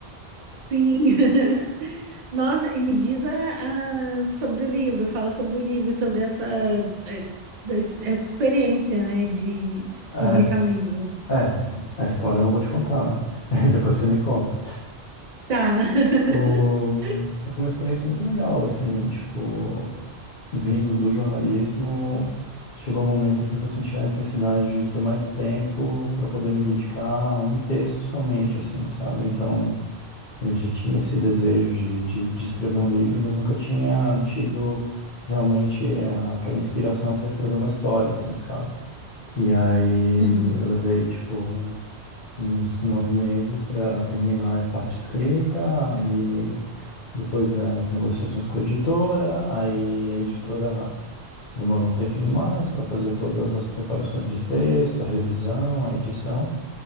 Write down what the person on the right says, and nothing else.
Sim. <laughs> Nossa, e me diz a- a- sobre o livro, fala sobre o livro, sobre essa, eh, des- essa experiência, né, de
publicar o livro.
Tá. <laughs>
Uhum.